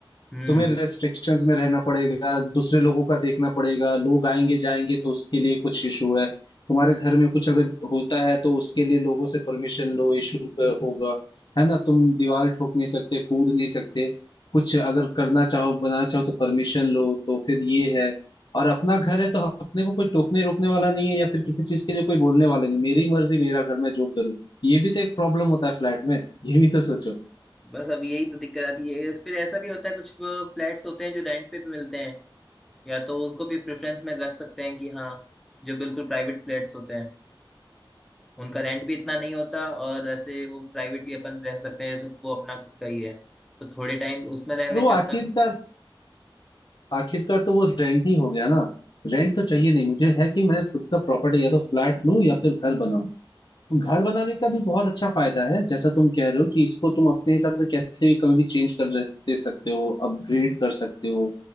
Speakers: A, in the centre; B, on the left.
A: हम्म
B: तुम्हें रेस्ट्रिक्शंस में रहना पड़ेगा दूसरे लोगों का देखना पड़ेगा लोग आएंगे जाएंगे तो उसके लिए कुछ इशू है तुम्हारे घर में कुछ अगर होता है तो उसके लिए लोगों से परमिशन लो इशू होगा है ना तुम दीवार ठोक नहीं सकते कूद नहीं सकते कुछ अगर करना चाहो बनाना चाहो तो परमिशन लो तो फिर ये है और अपना घर है तो अपने को कोई टोकने रोकने वाला नहीं है या फिर किसी चीज के लिए कोई बोलने वाला नहीं मेरी मर्जी मेरा घर मैं जो करूँ ये भी तो एक प्रॉब्लम होता है फ्लैट में ये भी तो सोचो
A: बस अब यही तो दिक्कत आती है इस- फिर ऐसा भी होता है कुछ फ्लैट्स होते हैं जो रेंट पे भी मिलते हैं या तो उनको भी प्रेफरेंस में रख सकते हैं कि हाँ जो बिल्कुल प्राइवेट फ्लैट्स होते हैं उनका रेंट भी इतना नहीं होता और ऐसे वो प्राइवेटली अपन रह सकते हैं जैसे वो अपना खुद का ही है तो थोड़े टाइम उसमें रह लें
B: पर वो
A: जब
B: आखिरकार
A: तक
B: आखिरकार तो वो रेंट ही हो गया ना रेंट तो चाहिए नहीं मुझे है कि मैं खुद का प्रॉपर्टी या तो फ्लैट लूं या फिर घर बनाऊं तो घर बनाने का भी बहुत अच्छा फायदा है जैसा तुम कह रहे हो कि इसको तुम अपने हिसाब से कैसे भी कभी भी चेंज कर रह- दे सकते हो अपग्रेड कर सकते हो